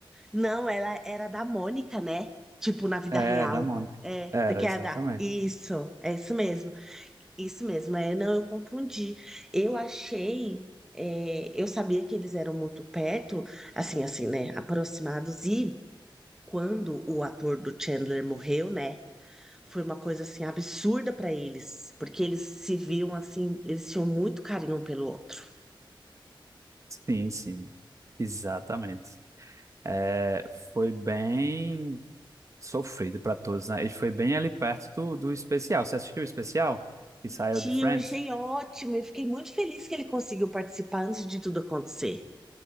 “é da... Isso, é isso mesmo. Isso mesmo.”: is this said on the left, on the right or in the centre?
Centre